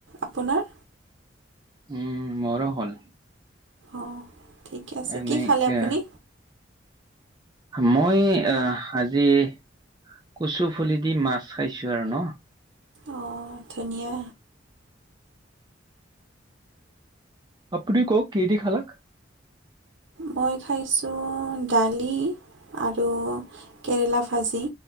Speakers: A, on the right; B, on the right.
A: আপোনাৰ?
B: উম, মোৰো হ'ল।
A: অ', ঠিকে আছে,
B: এনেই
A: কি খালে আপুনি?
B: এ মই আহ আজি কচু ফুলে দি মাছ খাইছো আৰু ন।
A: অ', ধুনিয়ীয়া।
B: আপুনি কওঁক কিহে দি খালাক?
A: মই খাইছো দালি আৰু কেৰেলা ভাজি।